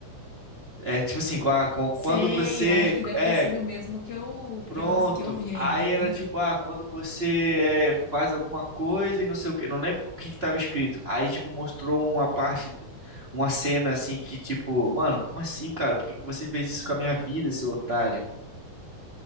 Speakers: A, on the right; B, on the left.
A: É tipo assim, com a- com-
B: Sei,
A: quando você.
B: eu acho que deve
A: É,
B: ter sido o mesmo que eu,
A: pronto.
B: que eu, que eu vi
A: Aí
B: ainda, viu?
A: era tipo, ah, quando você é, faz alguma coisa e não sei o quê. Não lembro o que que tava escrito. Aí, tipo, mostrou uma parte, uma cena assim que, tipo, mano, como assim, cara? Por que que você fez isso com a minha vida, seu otário?